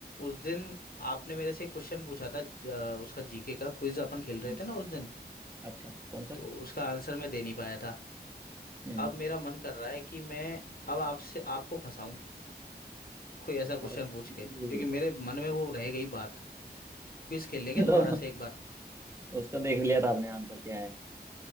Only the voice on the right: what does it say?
हम्म,
अच्छा कौन सा
हम्म
ओके
तो
उसका देख लिया था आपने आंसर क्या है